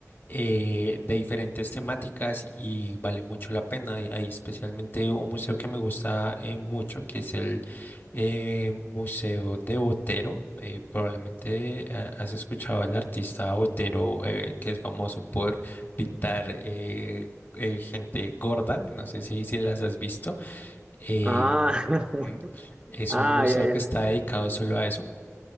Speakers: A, on the left; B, on the right.
A: eh, de diferentes temáticas y vale mucho la pena. Y Hay especialmente un museo que me gusta eh, mucho, que es el eh, Museo de Botero. Eh, probablemente eh, has escuchado al artista Botero, eh, que es famoso por pintar eh, eh, gente gorda. No sé si, si las has visto. Eh,
B: Ah, <laughs>
A: mm, es
B: Ah,
A: un museo
B: ya, ya.
A: que está dedicado solo a eso.